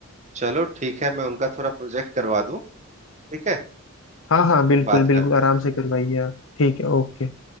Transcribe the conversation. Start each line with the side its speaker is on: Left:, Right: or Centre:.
Right: चलो ठीक है मैं उनका थोड़ा प्रोजेक्ट करवा दूं ठीक है
Left: हाँ हाँ बिल्कुल
Right: फिर बात
Left: बिल्कुल
Right: करते
Left: आराम
Right: हैं
Left: से करवाइए आप ठीक है ओके